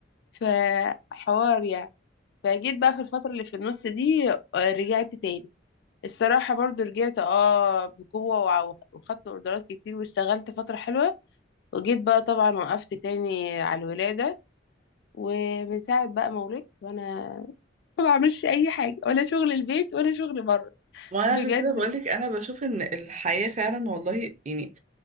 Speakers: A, on the left; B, on the right.
A: فحوار يعني فجيت بقى في الفترة اللي في النص دي آه، رجعت تاني الصراحة برضو رجعت اه بقوة وع- وخدت اوردرات كتير واشتغلت فترة حلوة وجيت بقى طبعا وقفت تاني على الولادة ومن ساعة بقى ما ولدت وانا <laughs> ما بعملش اي حاجة ولا شغل البيت ولا شغل بره
B: ما انا
A: بجد
B: عشان كده بقولك انا بشوف ان الحياة فعلا والله يعني